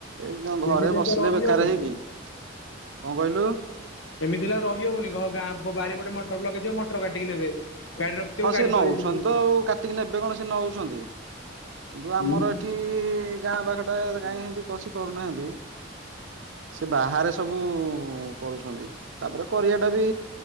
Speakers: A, on the right (about 70°); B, on the left (about 75°).
A: ଏ ଘରେ
B: ଏମିତି ହେଲେ
A: ବସିଲେ
B: ତ ରହିହବନି
A: ବେକାର ହେଇକି କଣ କହିଲୁ
B: ଏମିତି ହେଲା ରହିହବନି ଗାଁ ବାରି ପଟେ ମଟର ଲଗେଇଥିବ ମଟର କାଟିକି ନେବେ ଗାଡି ରଖିଥିବ
A: ହଁ
B: ଗାଡି
A: ସେ ନଉଛନ୍ତି
B: ଚୋରେଇକି ନେବେ
A: ତ ଆଉ କାଟିକି ନେବେ କଣ ସେ ନଉଛନ୍ତି କିନ୍ତୁ
B: ହୁଁ।
A: ଆମର ଏଠି ଏଠି ଗାଁ ପାଖଟା କାଁଇ ଏମିତି ପସି କରୁନାହାନ୍ତି ସେ ବାହାରେ ସବୁ କରୁଛନ୍ତି ତାପରେ କରିବାଟା ବି